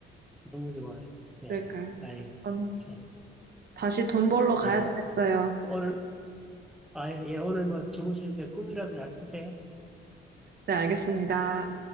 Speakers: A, in the centre; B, on the right.
A: 너무 좋아요. 예,
B: 그러니까요.
A: 아유,
B: 전
A: 참,
B: 다시 돈 벌러 가야
A: 예.
B: 되겠어요.
A: 오늘, 아, 예, 오늘 뭐 주무실 때 꿈이라도 잘 꾸세요.
B: 네, 알겠습니다.